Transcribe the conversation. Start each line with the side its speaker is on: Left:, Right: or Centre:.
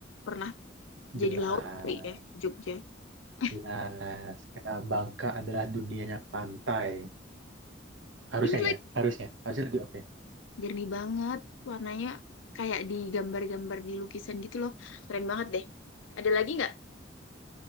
Left: pernah
Right: jelas
Left: jadi laut kali ya Jogja. <laughs>
Right: jelas karena Bangka adalah dunianya pantai harusnya
Left: Ini lagi
Right: ya harusnya harusnya lebih oke
Left: jernih banget warnanya kayak di gambar-gambar di lukisan gitu loh keren banget deh ada lagi nggak